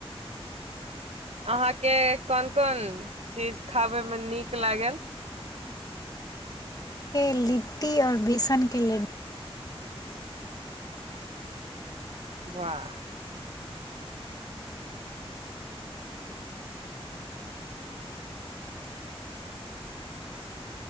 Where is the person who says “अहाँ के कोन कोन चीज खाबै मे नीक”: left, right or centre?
Right